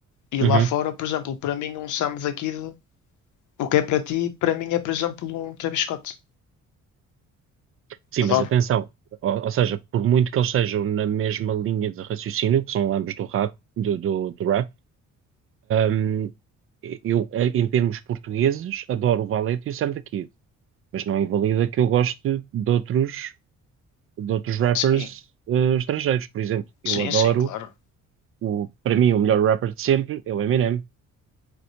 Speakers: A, on the left; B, on the right.
A: e
B: Uhum.
A: lá fora, por exemplo, para mim um Sam daqui O que é para ti, para mim é, por exemplo, um Travis Scott.
B: Sim,
A: Adoro.
B: mas atenção, ou, ou seja, por muito que eles sejam na mesma linha de raciocínio, que são ambos do rap, do, do, do rap, hum, eu, em termos portugueses, adoro o Valete e o Sam the Kid, mas não invalida que eu goste de outros, de outros rappers,
A: Sim,
B: eh, estrangeiros. Por exemplo, eu
A: sim,
B: adoro,
A: sim, claro.
B: o, para mim, o melhor rapper de sempre é o Eminem.